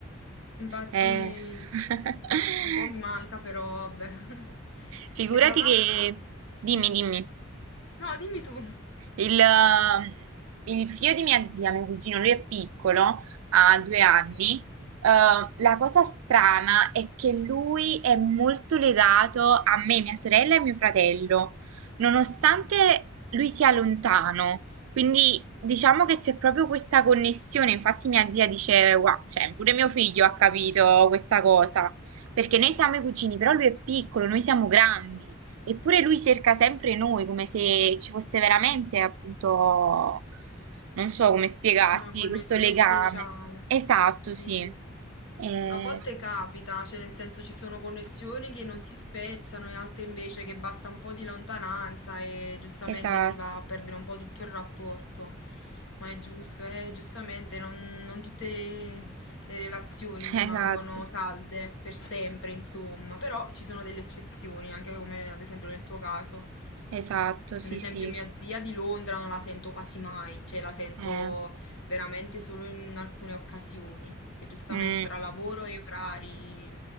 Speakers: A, on the left (about 65°); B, on the right (about 80°).
A: Infatti
B: Eh. <laughs>
A: un po' mi manca, però vabbè. <laughs>
B: Figurati
A: Che tra l'altro,
B: che...
A: sì.
B: Dimmi, dimmi.
A: No, dimmi tu.
B: Il, ehm, il figlio di mia zia, mio cugino, lui è piccolo, ha due anni. Eh, la cosa strana è che lui è molto legato a me, mia sorella e mio fratello, nonostante lui sia lontano. Quindi diciamo che c'è proprio questa connessione. Infatti, mia zia dice: Wow, cioè, pure mio figlio ha capito questa cosa. Perché noi siamo i cugini, però lui è piccolo, noi siamo grandi. Eppure lui cerca sempre noi, come se ci fosse veramente, appunto, non so come spiegarti,
A: Una connessione
B: questo legame.
A: speciale,
B: Esatto,
A: sì.
B: sì. Eh,
A: A volte
B: sì,
A: capita,
B: sì.
A: cioè nel senso ci sono connessioni che non si spezzano e altre invece che basta un po' di lontananza e giustamente
B: Esatto,
A: si va a perdere un po' tutto il rapporto. Ma è giusto, eh, giustamente non, non tutte le, le relazioni
B: <laughs>
A: rimangono
B: esatto.
A: salde per sempre, insomma. Però ci sono delle eccezioni, anche come ad esempio nel tuo caso.
B: Esatto, sì,
A: Ad esempio,
B: sì.
A: mia zia di Londra non la sento quasi mai, cioè la sento
B: Eh,
A: veramente solo in alcune occasioni, che giustamente
B: mm.
A: tra lavoro e orari